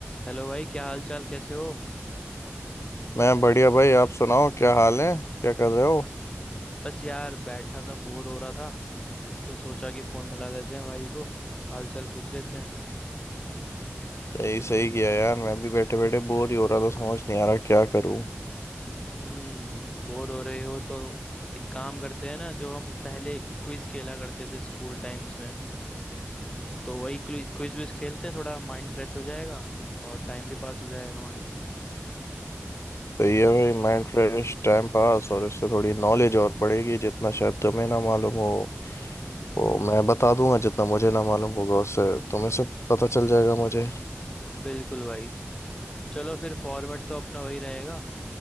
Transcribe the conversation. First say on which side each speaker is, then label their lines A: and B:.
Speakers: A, on the left; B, on the left.
A: Hello भाई क्या हाल चाल कैसे हो
B: मैं बढ़िया भाई आप सुनाओ क्या हाल है क्या कर रहे हो
A: बस यार बैठा था बोर हो रहा था तो सोचा कि फोन मिला लेते हैं भाई को हाल चाल पूछ लेते हैं
B: सही सही किया यार मैं भी बैठे बैठे बोर ही हो रहा था समझ नहीं आ रहा क्या करूं
A: हम्म बोर हो रहे हो तो एक काम करते हैं ना जो हम पहले क्विज खेला करते थे स्कूल टाइम्स में तो वही क्विज विज खेलते हैं थोड़ा माइंड फ्रेश हो जाएगा और टाइम भी पास हो जाएगा हमारा
B: सही है भाई माइंड फ्रेश टाइम पास और इससे थोड़ी नॉलेज और बढ़ेगी जितना शायद तुम्हें ना मालूम हो
A: हम्म
B: वो मैं बता दूंगा जितना मुझे ना मालूम होगा उससे तुम्हें सब पता चल जाएगा मुझे
A: बिल्कुल भाई चलो फिर फॉर्मेट तो अपना वही रहेगा